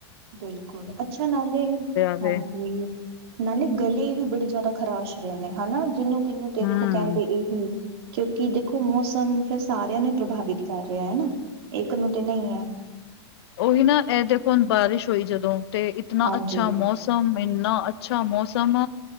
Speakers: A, on the right (about 60°); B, on the left (about 65°).
A: ਬਿਲਕੁਲ, ਅੱਛਾ ਨਾਲੇ
B: ਵੇ
A: ਹਾਂਜੀ। ਨਾਲੇ ਗਲੇ ਵੀ ਬੜੀ ਜਆਦਾ ਖਰਾਸ਼ ਰੇ ਨੇ ਹਨਾ, ਜਿਨੂੰ- ਕਿਨੂੰ ਦੇਖੋ
B: ਹਮ
A: ਕੈਂਦੇ ਏ ਹੁੰ ਕਿਉਕਿ ਦੇਖੋ ਮੌਸਮ ਫਿਰ ਸਾਰਿਆਂ ਨੂੰ ਈ ਪ੍ਰਭਾਵਿਤ ਕਰ ਰਿਆ ਹਨਾ। ਇੱਕ ਨੂੰ ਤੇ ਨਈ ਐ।
B: ਓਹੀ ਨਾ ਐ ਦੇਖੋ ਹੁਨ ਬਾਰਿਸ਼ ਹੋਈ ਜਦੋਂ ਤੇ ਇਤਨਾ
A: ਹਾਂਜੀ
B: ਅੱਛਾ ਮੌਸਮ, ਏਨਾ ਅੱਛਾ ਮੌਸਮ।